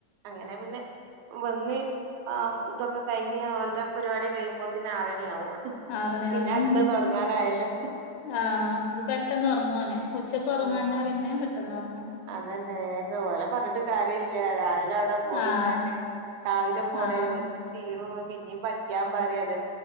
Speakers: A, on the right (about 80°); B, on the left (about 80°).
A: അങ്ങനെ പിന്നെ വന്ന് ആഹ് ഇതൊക്കെ കഴിഞ്ഞ് അവന്റെ പരിപാടിയൊക്കെ കഴിയുമ്പോതിന് ആറണിയാവും
B: ആറ് മണിയാവുംല്ലേ
A: പിന്നെ അടുത്തഹ് തുടങ്ങാനായല്ലോ
B: ആഹ് അത് പെട്ടെന്ന് ഉറങ്ങു ഓന് ഉച്ചക്ക്
A: ആഹ്
B: ഉറങ്ങാഞ്ഞാ പിന്നെ പെട്ടെന്ന് ഉറങ്ങു
A: അതന്നെ വേഗ ഓല പറഞ്ഞിട്ട് കാര്യല്ല രാവിലെ അടെ പോയിങ്ങാണ്ടി
B: ആഹ്
A: രാവിലെ പോണേലോ
B: ആഹ്
A: വന്ന് ക്ഷീണോന്ന് പിന്നിം പഠിക്കാൻ പറയും അതെ